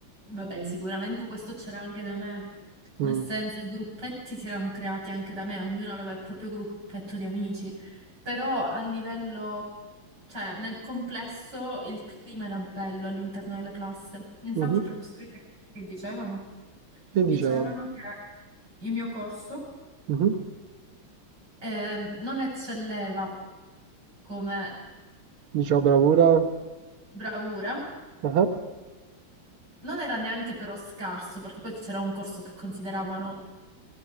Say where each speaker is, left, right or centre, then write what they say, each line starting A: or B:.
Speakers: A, on the right (about 50°); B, on the right (about 85°).
A: Vabbè,
B: E-
A: sicuramente questo c'era anche da me,
B: mm,
A: nel senso i gruppetti si erano creati anche da me, ognuno aveva il proprio gruppetto di amici, però a livello, cioè nel complesso il clima era bello all'interno della classe. Infatti
B: mhm.
A: i professori che che dicevano?
B: Che
A: Dicevano
B: dicevano?
A: che il mio corso
B: Mhm.
A: ehm, non eccelleva come
B: Diceva bravura?
A: bravura,
B: Ah,
A: non era neanche però scarso, perché poi c'era un corso che consideravano